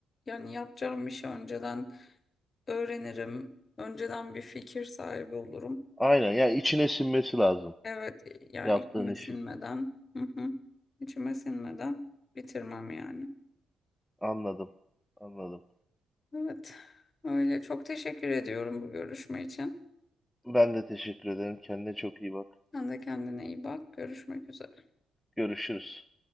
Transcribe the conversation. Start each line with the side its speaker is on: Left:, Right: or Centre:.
Left: yani yapacağım işi önceden öğrenirim. Önceden bir fikir sahibi olurum.
Centre: Aynen. Ya içine sinmesi lazım
Left: Evet ya
Centre: yaptığın
Left: içime
Centre: işin.
Left: sinmeden. Hı hı. İçime sinmeden bitirmem yani.
Centre: Anladım. Anladım.
Left: Evet. Öyle çok teşekkür ediyorum bu görüşme için.
Centre: Ben de teşekkür ederim. Kendine çok iyi bak.
Left: Sen de kendine iyi bak. Görüşmek üzere.
Centre: Görüşürüz.